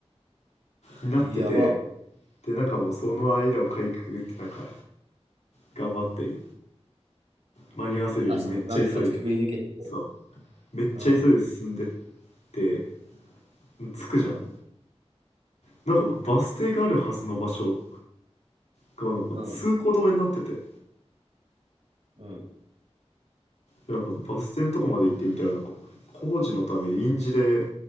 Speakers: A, on the left; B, on the right.
A: になってて、
B: いやば。
A: でなんかもうその間をかいくぐってなんか頑張って間に合わせるようにめっちゃ急いで
B: あ、その、なんとかくぐり抜けて。
A: そうめっちゃ急いで進んでっ
B: うん。
A: て着くじゃん
B: うん。
A: なんかバス停があるはずの場所がなんか通行止めになってて
B: うん。うん。
A: なんかバス停のとこまで行ってみたらなんか工事のため臨時で